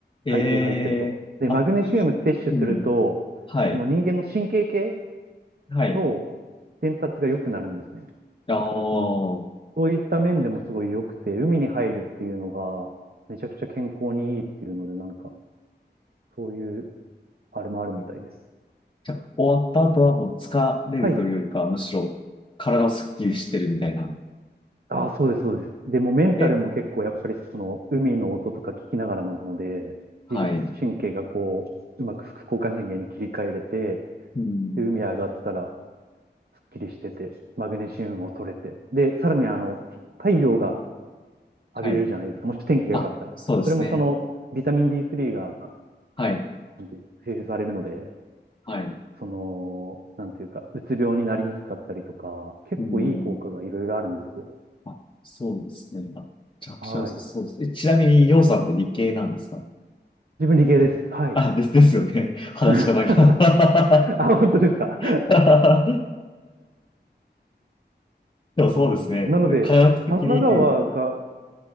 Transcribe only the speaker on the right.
海水入ってると。
で、マグネシウム摂取すると、
その人間の神経系
の伝達が良くなるんですね。
だからその、そういった面でもすごい良くて、海に入るっていうのが、めちゃくちゃ健康にいいっていうので、なんか、そういう、あれもあるみたいです。
はい。
ああ、そうです、そうです。でもメンタルも結構やっぱりその、
海の音とか聞きながらなので、
自律神経がこう、うまく副交感神経に切り替えれて、
で、海上がったら、すっきりしてて、マグネシウムも取れて、で、さらにあの、太陽が浴びれるじゃないですか。
もし天気が良かったら。
それもそのビタミン D3 が、
なんていう生成されるので、
その、なんていうか、うつ病になりにくかったりとか、結構いい効果がいろいろあるんですよ。
はい。
自分理系です。はい。
<laughs>
あ、本当ですか。
<laughs>
そうなんです。なので、
神奈川が、